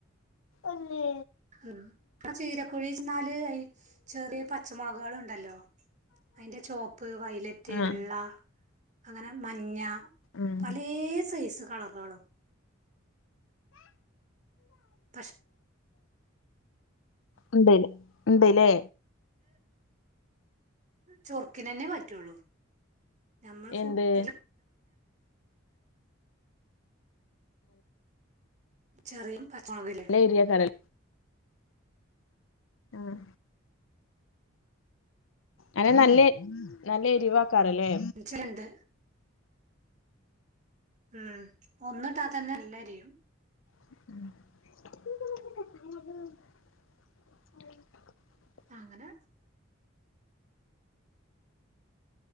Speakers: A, on the left (about 75°); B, on the right (about 40°).
A: അല്ലേ
B: ഉം അവിടെ ചീരക്കുഴി ചെന്നാല് ചെറിയ പച്ചമുളകാള് ഇണ്ടല്ലോ അയ്ന്റെ ചോപ്പ്, വൈലറ്റ്,
A: ആഹ്
B: വെള്ള അങ്ങനെ മഞ്ഞ
A: ആഹ്
B: പലേ സൈസ് കളറാളും പക്ഷെ
A: ഉണ്ട്ലെ ഉണ്ട്ലേ
B: ചൊർക്കിനന്നെ പറ്റുള്ളൂ നമ്മള് ഫുഡില്
A: എന്ത്
B: ചെറിയും പച്ചമുളകും
A: എരി <unintelligible> ആഹ് അയ്ന് നല്ല നല്ല എരിവാക്കാരല്ലേ
B: ച്ചല്ണ്ട് ഉം ഒന്ന്ട്ട തന്നെ എല്ലേരിയും
A: <unintelligible>
B: അങ്ങനെ